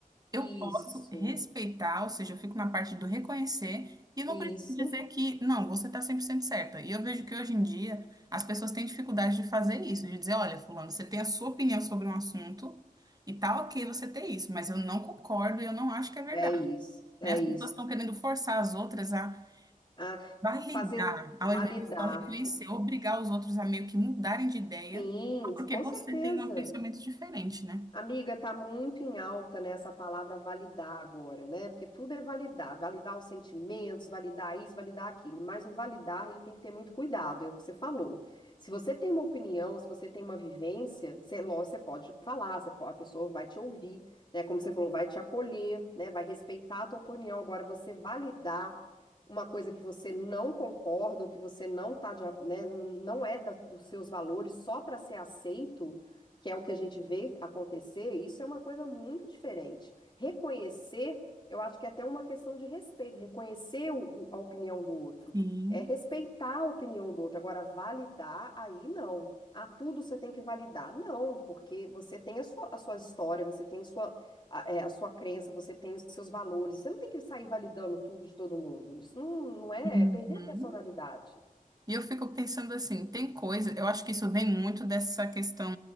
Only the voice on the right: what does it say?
Eu posso respeitar, ou seja, eu fico na parte do reconhecer e não
preciso dizer que, não, você está 100% certa. E eu vejo que hoje em dia as pessoas têm dificuldade de fazer isso, de dizer, olha, fulano, você tem a sua opinião sobre um assunto e tá ok você ter isso, mas eu não concordo e eu não acho que é verdade,
né? As
pessoas estão querendo forçar as outras a
validar,
ao
invés de só reconhecer, obrigar os outros a meio que mudarem de ideia,
porque
você
tem um pensamento diferente, né?
Sim.
Uhum.
E eu fico pensando assim, tem coisa, eu acho que isso vem muito dessa questão,